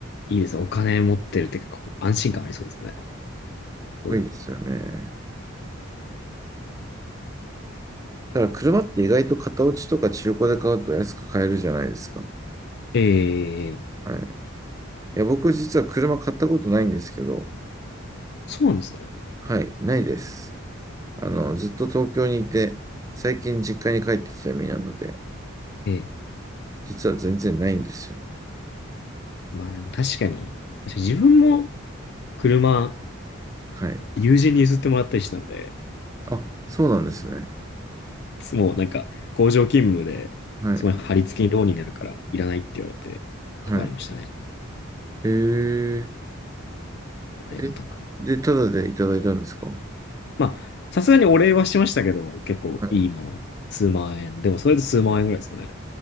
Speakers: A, on the left; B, on the right.
A: いいですね。お金持ってるってか、こう安心感ありそうですね。心も。
B: いいですよね。だから車って意外と型落ちとか中古で買うと安く買えるじゃないですか。
A: ええ
B: はい。いや、僕実は車買ったことないんですけど、
A: そうなんですね。
B: はい、ないです。あの、ずっと東京にいて、最近実家に帰ってきた身なので、
A: ええ
B: 実は全然ないんですよ。
A: まあ、確かに、確かに自分も車、
B: はい。
A: 友人に譲ってもらったりしたんで、
B: あ、そうなんですね。
A: もうなんか、工場勤務で、
B: はい。
A: そこに貼り付けにローンになるから、いらないって言われて、
B: はい。
A: とかありましたね。
B: えー、
A: ありがたく。
B: え、で、ただでいただいたんですかは
A: まあ、さすがにお礼はしましたけど、結構いいもの。
B: い。
A: 数万円。でも、それで数万円ぐらいですかね。